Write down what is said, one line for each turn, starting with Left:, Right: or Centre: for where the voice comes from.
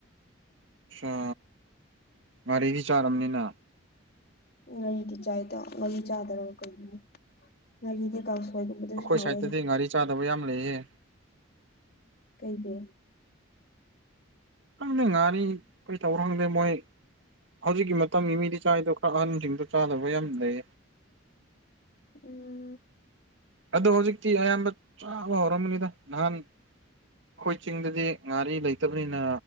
Right: ꯑ ꯉꯔꯤꯗꯤ ꯆꯥꯔꯝꯅꯤꯅ
Left: ꯉꯥꯔꯤꯗꯤ ꯆꯥꯏꯗ ꯉꯔꯤ ꯆꯥꯗꯔ ꯀꯅꯤ ꯉꯥꯔꯤꯗꯤ ꯁꯣꯏꯒꯨꯝꯕꯗꯨꯁꯨ
Right: ꯑꯩꯈꯣꯏ
Left: ꯍꯥꯎꯋꯣꯏꯅꯦ
Right: ꯁꯥꯏꯠꯇꯗꯤ ꯉꯥꯔꯤ ꯆꯥꯗꯕ ꯌꯥꯝ ꯂꯩꯌꯦ
Left: ꯀꯩꯒꯤ
Right: ꯈꯪꯗꯦ ꯉꯥꯅꯤ ꯀꯩ ꯇꯧꯔꯣ ꯈꯪꯗꯦ ꯃꯣꯏ ꯍꯧꯖꯤꯛꯀꯤ ꯃꯇꯝꯒꯤ ꯃꯤꯗꯤ ꯆꯥꯏꯗꯣ ꯈꯔ ꯑꯍꯟꯁꯤꯡꯗꯣ ꯆꯥꯗꯕ ꯌꯥꯝ ꯂꯩ
Left: ꯎꯝ
Right: ꯑꯗ ꯍꯧꯖꯤꯛꯇꯤ ꯑꯌꯥꯝꯕ ꯆꯥꯕ ꯍꯧꯔꯝꯕꯅꯤꯗ ꯅꯍꯥꯟ ꯑꯩꯈꯣꯏ ꯆꯤꯡꯗꯗꯤ ꯉꯥꯔꯤ ꯂꯩꯇꯕꯅꯤꯅ